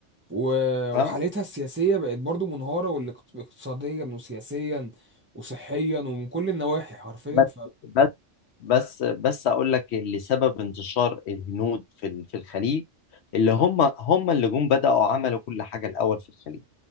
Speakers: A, on the right; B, on the left.
A: و... وحالتها
B: اه
A: السياسية بقت برضو منهارة والاقتصاديا وسياسيا وصحيا ومن كل النواحي حرفيا
B: بس بس بس بس اقول لك اللي سبب انتشار الهنود في ال- في الخليج اللي هم هم اللي جم بدأوا عملوا كل حاجة الأول في الخليج